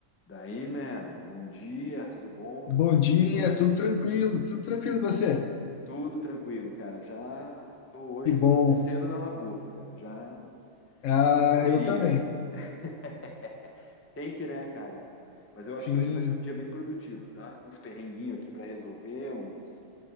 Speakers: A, on the left; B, on the left.
A: Daí, man, bom dia, tudo bom?
B: Bom
A: Tudo tranquilo?
B: dia, tudo tranquilo, tudo tranquilo e você?
A: Tudo tranquilo, cara. Já tô hoje
B: Que bom.
A: cedo na labuta, cara. Já
B: Ah,
A: na correria,
B: eu também.
A: né? <laughs> Tem que, né, cara? Mas eu
B: Sim,
A: acho que hoje vai ser um dia bem produtivo, tá? Com uns perrenguinhos aqui pra resolver, uns,